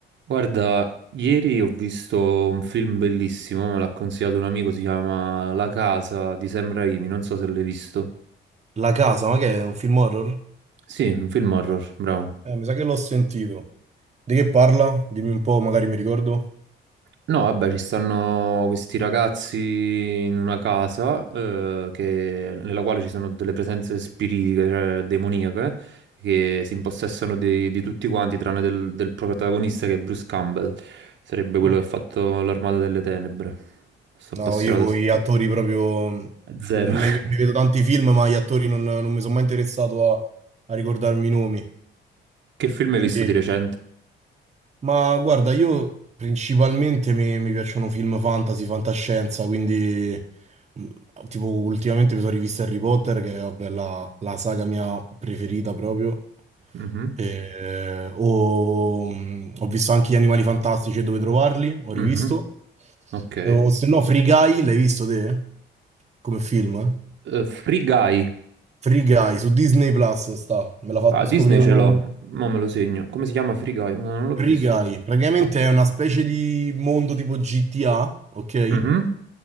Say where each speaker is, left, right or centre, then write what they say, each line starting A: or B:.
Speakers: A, on the right (about 70°); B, on the right (about 35°).
A: Guarda, ieri ho visto un film bellissimo, me l'ha consigliato un amico, si chiama La casa di Sam Raimi, non so se l'hai visto.
B: La casa, ma che è un film horror?
A: Sì, un film horror, bravo.
B: Eh, mi sa che l'ho sentito. Di che parla? Dimmi un po', magari mi ricordo.
A: No, vabbè, ci stanno questi ragazzi in una casa eh, che- nella quale ci sono delle presenze spiritiche, cioè demoniache, che si impossessano di, di tutti quanti, tranne del, del protagonista che è Bruce Campbell, sarebbe quello
B: Mm.
A: che ha fatto l'Armata delle Tenebre. Sto appassionato
B: No, io con
A: a s-
B: gli attori proprio... mh,
A: a zero.
B: Mi, mi vedo tanti film, ma gli attori non, non mi sono mai interessato a, a ricordarmi i nomi.
A: Che film hai
B: Quindi...
A: visto di recente?
B: Ma guarda, io principalmente mi, mi piacciono film fantasy, fantascienza, quindi mh, tipo ultimamente mi sono rivisto Harry Potter, che è vabbè, la, la saga mia preferita proprio.
A: Mhm,
B: E- o, mh, ho visto anche Gli Animali Fantastici e Dove Trovarli, ho
A: mhm,
B: rivisto.
A: Ok. Eh,
B: Eh, O se no Free Guy, l'hai visto te? Come film? eh?
A: Free Guy.
B: Free Guy, su Disney Plus sta, me l'ha fatto
A: Ah, Disney
B: scoprire
A: ce
B: un...
A: l'ho. Mo me lo segno. Come si chiama Free Guy? No, non l'ho
B: Free
A: visto.
B: Guy, praticamente
A: Ah,
B: è una specie di mondo tipo GTA, ok?
A: mhm,